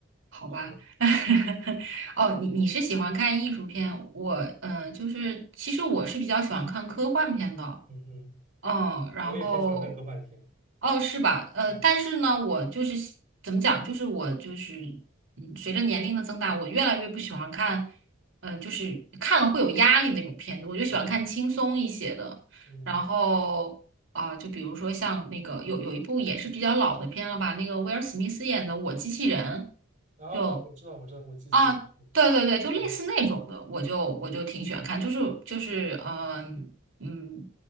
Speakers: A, on the right; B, on the right.
A: 好吧，
B: <laughs> 是的，
A: <laughs> 哦，你你是喜欢看艺术片，我呃，就是其实我是比较喜欢看科幻片的。
B: 嗯嗯，
A: 嗯，然后，
B: 我也很喜欢看科幻片。
A: 哦，是吧？呃，
B: 嗯
A: 但是呢，我就是喜怎么讲，就是我就是，嗯随着年龄的增大，我越来越不喜欢看，呃，就是看了会有压力的那种片子，我就喜欢看轻松一些的。
B: 啊，嗯嗯，
A: 然后啊、就比如说像那个有有一部也是比较老的片了吧，那个威尔史密斯演的《我机器人》，
B: 啊啊，
A: 就
B: 我知道我知道，我机器人是，
A: 啊，对对对，就类似那种的，
B: 嗯
A: 我就我就挺喜欢看，就是就是嗯。嗯，